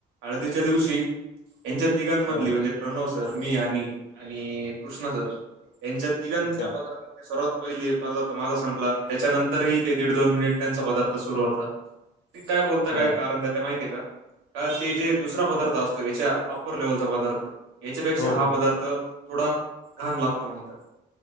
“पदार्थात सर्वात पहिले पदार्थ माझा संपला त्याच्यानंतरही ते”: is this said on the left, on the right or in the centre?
Right